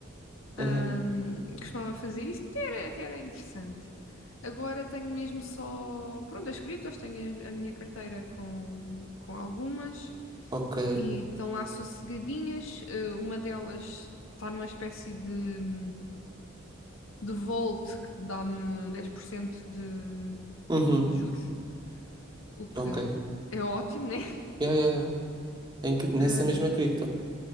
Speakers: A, on the right; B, on the left.
A: uhum.
B: Ahm, costumava fazer isso e até era, até era interessante. Agora tenho mesmo só, pronto, as criptos, tenho a, a minha carteira com, com algumas
A: Ok,
B: e estão lá sossegadinhas. Eh, uma delas está numa espécie de de Volt, que dá-me 10% de,
A: uhum,
B: de juros, o que
A: ok.
B: é ótimo, né? <laughs>
A: Yeah, yeah, yeah. Em cri- nessa
B: Ah,
A: mesma cripto,